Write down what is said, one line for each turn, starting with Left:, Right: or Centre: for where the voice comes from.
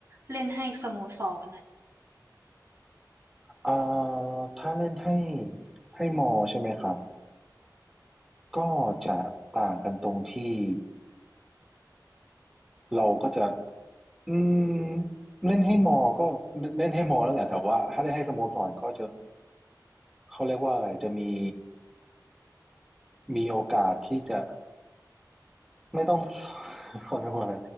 Right: เล่นให้สโมสรอะ
Centre: เอ่อถ้าเล่นให้ให้มอใช่ไหมครับก็จะต่างกันตรงที่เราก็จะอืมเล่นให้มอก็เล่นให้มอแล้วแหละแต่ว่าถ้าเล่นให้สโมสรก็จะเขาเรียกว่าอะไรจะมีมีโอกาสที่จะไม่ต้อง <laughs> เขาเรียกว่าอะไร